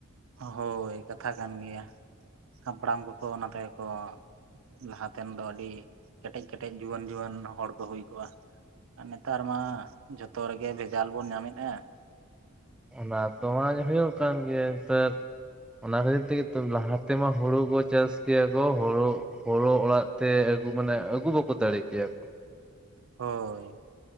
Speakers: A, on the right; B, in the centre.
A: ᱦᱳᱭ ᱠᱟᱛᱷᱟ ᱠᱟᱱ ᱜᱮᱭᱟ ᱾ ᱦᱟᱯᱲᱟᱢ ᱠᱚᱠᱚ ᱚᱱᱟ ᱛᱮᱜᱮ ᱠᱚ ᱞᱟᱦᱟᱛᱮᱱ ᱫᱚ ᱟᱹᱰᱤ ᱠᱮᱴᱮᱡ ᱠᱮᱴᱮᱡ ᱡᱩᱣᱟᱹᱱ ᱡᱩᱣᱟᱹᱱ ᱦᱚᱲ ᱠᱚ ᱦᱩᱭ ᱠᱚᱜᱼᱟ ᱾ ᱟᱨ ᱱᱮᱛᱟᱨ ᱢᱟ ᱡᱷᱚᱛᱚ ᱨᱮᱜᱮ ᱵᱷᱮᱡᱟᱞ ᱵᱚᱱ ᱧᱟᱢᱮᱫᱼᱟ
B: ᱚᱱᱟ ᱛᱚ ᱢᱟ ᱦᱩᱭᱩᱜ ᱠᱟᱱ ᱜᱮ ᱱᱮᱛᱟᱨ, ᱚᱱᱟ ᱠᱷᱟᱹᱛᱤᱨ ᱛᱮᱜᱮ ᱞᱟᱦᱟ ᱛᱮᱢᱟ ᱦᱩᱲᱩ ᱠᱚ ᱪᱟᱥ ᱠᱮᱭᱟ ᱠᱚ ᱦᱩᱲᱩ ᱦᱩᱲᱩ ᱚᱲᱟᱜ ᱛᱮ ᱟᱹᱜᱩ ᱢᱟᱱᱮ ᱟᱹᱜᱩ ᱵᱟᱠᱚ ᱫᱟᱲᱮ ᱠᱮᱭᱟ ᱠᱚ।
A: ᱦᱳᱭ